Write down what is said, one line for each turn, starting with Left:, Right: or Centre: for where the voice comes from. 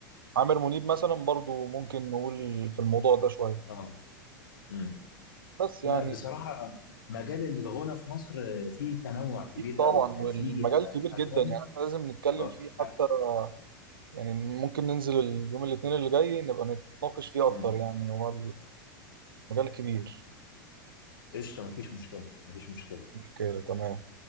Right: عامر منيب مثلا برضو ممكن نقول في الموضوع ده شويه
Left: اه امم
Right: بس
Left: لا
Right: يعني
Left: بصراحة مجال الغنى في مصر فيه تنوع كبير
Right: اكيد طبعا
Left: قوي يعني
Right: والمجال
Left: فيه
Right: كبير جدا
Left: أغاني
Right: يعني احنا لازم نتكلم
Left: اه
Right: فيه حتى
Left: آه،
Right: يعني ممكن ننزل اليوم الاثنين اللي جاي نبقى نتناقش فيه اكتر
Left: امم
Right: يعني هو المجال كبير
Left: قشطة مفيش مشكلة مفيش مشكلة
Right: مشكلة تمام